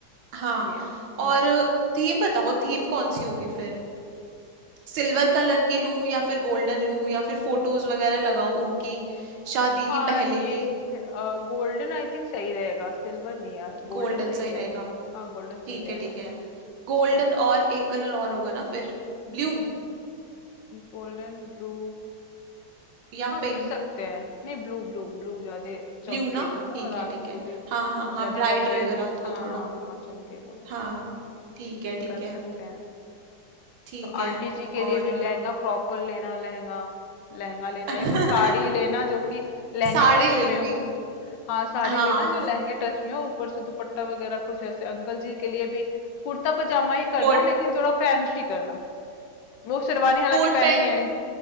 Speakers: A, on the right (about 80°); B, on the left (about 70°).
A: हाँ
B: ये फंक्शन
A: और थीम बताओ थीम कौन सी होगी फिर सिल्वर कलर की लूं या फिर गोल्डन लूं या फिर फोटोज वगैरह लगाऊं उनकी शादी
B: हाँ
A: की पहले
B: ये
A: की
B: गोल्डन आई थिंक सही रहेगा सिल्वर नहीं यार गोल्डन
A: गोल्डन
B: सही
A: सही
B: रहेगा
A: रहेगा
B: हाँ गोल्डन सही
A: ठीक
B: रहेगा
A: है ठीक है गोल्डन
B: उसके लिए
A: और एक कलर और होगा ना फिर ब्लू
B: गोल्डन ब्लू
A: या
B: हाँ
A: पिंक
B: कर सकते हैं नहीं ब्लू ब्लू ब्लू ज्यादा चमकेगा
A: ब्लू ना
B: ना
A: ठीक
B: रात
A: है ठीक
B: को
A: है
B: भी
A: हाँ हाँ
B: ज्यादा
A: हाँ ब्राइट
B: वाइब्रेंट
A: रहेगा रात को
B: हाँ
A: थोड़ा
B: हाँ हाँ चमकेगा वो
A: हाँ ठीक
B: तो
A: है
B: ये
A: ठीक
B: कर
A: है
B: सकते हैं
A: ठीक
B: तो
A: है
B: आंटी जी के लिए
A: और
B: भी
A: अ,
B: लहंगा प्रॉपर लेना लहंगा लहंगा लेना
A: <laughs>
B: या कोई साड़ी लेना जो कि लहंगे
A: साड़ी
B: टच
A: ले
B: में
A: लूंगी
B: हो हाँ साड़ी
A: हाँ
B: लेना जो लहंगे टच में हो ऊपर से दुपट्टा वगैरह कुछ ऐसे अंकल जी के लिए भी कुर्ता पजामा ही करना
A: कोट
B: लेकिन थोड़ा फैंसी करना वो शेरवानी हालांकि
A: Coat
B: पहनेंगे
A: pant
B: नहीं